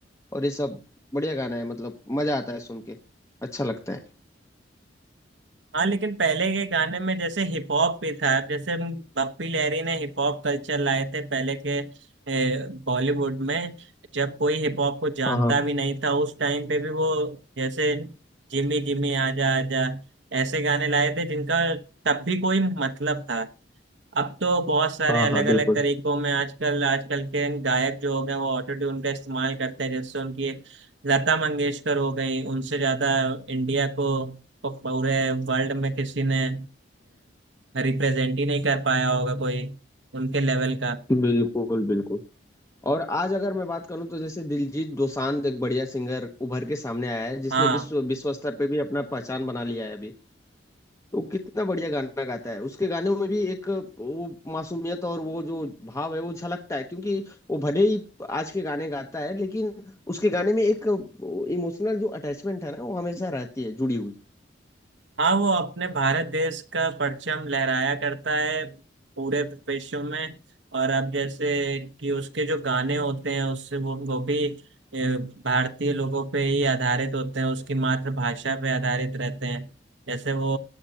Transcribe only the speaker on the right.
हाँ लेकिन पहले के गाने में जैसे हिप हॉप भी था अब जैसे हम पप्पी लहरी ने हिप हॉप कल्चर लाए थे पहले के बॉलीवुड में जब कोई हिप हॉप को जानता
भी नहीं था उस टाइम पे भी वो जैसे जिमी जिमी आजा आजा ऐसे गाने लाए थे जिनका तब भी कोई मतलब था अब तो बहुत सारे
अलग
अलग तरीकों में आजकल आजकल के गायक जो हो गए वो ऑटो ट्यून का इस्तेमाल करते हैं जैसे उनकी लता मंगेशकर हो गई उनसे ज्यादा इंडिया को को पूरे वर्ल्ड में किसी ने रिप्रेजेंट ही नहीं कर पाया होगा कोई उनके लेवल का
हाँ
हाँ वो अपने भारत देश का परचम लहराया करता है पूरे विश्व में और अब जैसे कि उसके जो गाने होते हैं उससे वो वो भी ए, भारतीय लोगों पे ही आधारित होते हैं उसकी मातृभाषा पे आधारित रहते हैं जैसे वो